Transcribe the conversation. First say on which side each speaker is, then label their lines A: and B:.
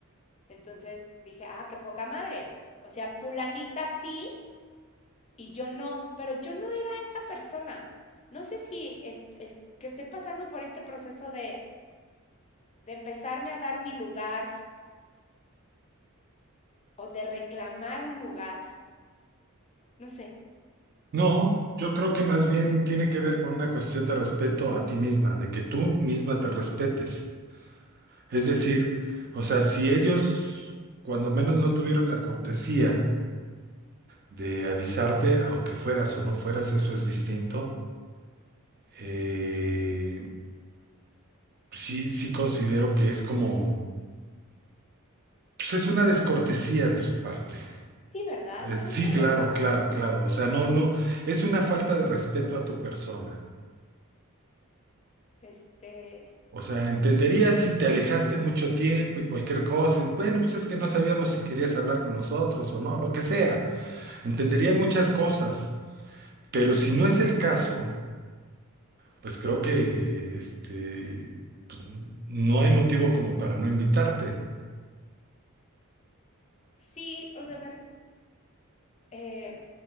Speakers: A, on the left; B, on the right.
A: Entonces dije, ah, qué poca madre. O sea, fulanita sí y yo no, pero yo no era esa persona. No sé si es, es que estoy pasando por este proceso de, de empezarme a dar mi lugar o de reclamar un lugar, no sé.
B: No, yo creo que más bien tiene que ver con una cuestión de respeto a ti misma, de que tú misma te respetes. Es decir, o sea, si ellos cuando menos no tuvieron la cortesía, de avisarte, aunque fueras o no fueras, eso es distinto. Eh, sí, sí considero que es como, pues es una descortesía de su parte.
A: Sí, ¿verdad?
B: Es-
A: No, estoy
B: sí, claro,
A: loca.
B: claro, claro. O sea, no, no, es una falta de respeto a tu persona.
A: Este,
B: O sea, entendería si te alejaste mucho tiempo y cualquier cosa. y, Bueno, pues es que no sabíamos si querías hablar con nosotros o no, lo que sea. Entendería muchas cosas. Pero si no es el caso, Pues creo que este, pues, no hay motivo como para no invitarte.
A: sí, o sea, a ver, eh,